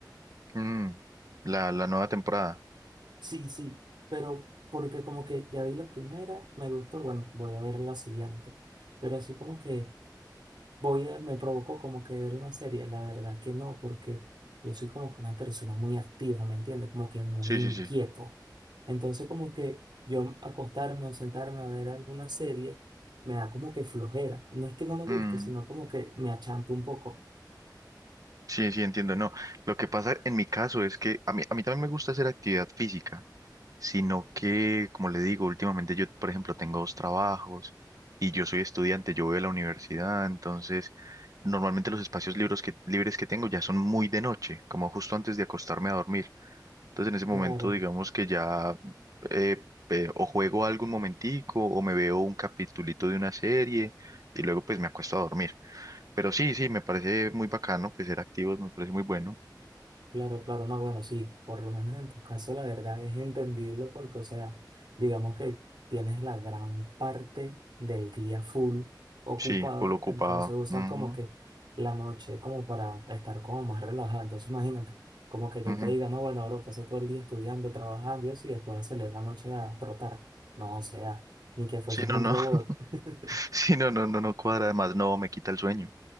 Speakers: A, on the right; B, on the right.
A: mm. La, la nueva temporada.
B: Sí, sí, pero porque como que ya vi la primera, me gustó, bueno, voy a ver la siguiente. Pero así como que voy a, me provocó como que ver una serie, la verdad que no, porque yo soy como que una persona muy activa, ¿me entiendes? Como que muy
A: Sí,
B: inquieto.
A: sí, sí.
B: Entonces como que yo acostarme o sentarme a ver alguna serie me da como que flojera. No es que no me guste,
A: Mm,
B: sino como que me achanto un poco.
A: sí, sí, entiendo. No, lo que pasa en mi caso es que a mí, a mí también me gusta hacer actividad física, sino que, como le digo, últimamente yo, por ejemplo, tengo dos trabajos y yo soy estudiante, yo voy a la universidad, entonces normalmente los espacios libres que, libres que tengo ya son muy de noche, como justo antes de acostarme a dormir. Entonces en ese momento
B: Claro.
A: digamos que ya eh, eh, o juego algo un momentico o me veo un capitulito de una serie y luego pues me acuesto a dormir. Pero sí, sí, me parece muy bacano, pues ser activos me parece muy bueno.
B: Claro, claro, no, bueno, sí, por lo menos en tu caso la verdad es entendible porque, o sea, digamos que tienes la gran parte del día full ocupado,
A: Sí, full ocupado.
B: entonces usas
A: Ujú,
B: como que la noche como para estar como más relajado. Entonces imagínate, como que yo
A: ujú.
B: te diga, no, bueno, ahora pasa todo el día estudiando, trabajando y eso, y después salir en la noche a trotar. No, o sea, ni que fueses
A: Sí, no,
B: un
A: no.
B: robot.
A: <laughs>
B: <laughs>
A: Sí, no, no, no, no cuadra. Además, no, me quita el sueño.